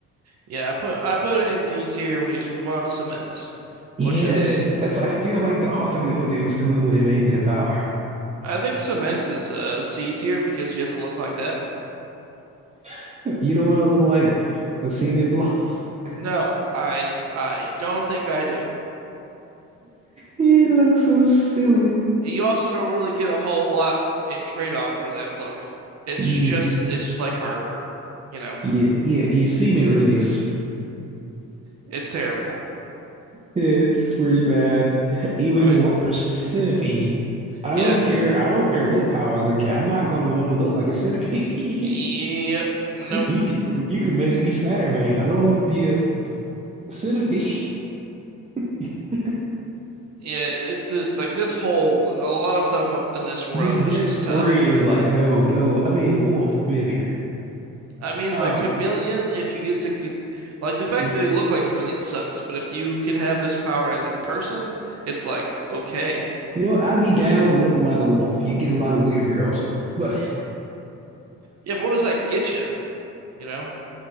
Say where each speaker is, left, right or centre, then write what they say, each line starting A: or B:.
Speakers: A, on the right; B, on the right.
A: Yeah, I put I put it in D tier we just move on to cement,
B: Yeah,
A: which is
B: that, that's I feel like the author knew what they was doing when they made that power.
A: I think cement is uh C tier because you have to look like that.
B: <laughs> You don't want to look like a cement block. <laughs>
A: No, I I don't think I do.
B: You look so silly.
A: You also don't really get a whole lot in trade off for that look. It's
B: Mm,
A: just it's like Arbor, you know.
B: yeah, yeah, You cement release.
A: It's terrible.
B: Yeah, It's really bad. Even
A: I
B: worse,
A: mean,
B: centipede. I
A: yeah.
B: don't care. I don't care what powers I get. I'm not gonna want to look like a centipede.
A: Yep.
B: <laughs>
A: Nope.
B: You can you can make me Spider-Man. I don't want to be a centipede. <laughs>
A: Yeah, it's the, like this whole a lot of stuff up in this row
B: This Dex
A: is just
B: 3
A: tough.
B: is like, no, no. I mean, wolf, maybe.
A: I mean,
B: Um,
A: the chameleon, if you get to con- like the fact
B: You
A: that they look like chameleons sucks, but if you could have this power as a person, it's like okay.
B: know what? I'd be down with looking like a wolf. You get a lot of weird girls, but
A: Yeah, but what does that get you? You know,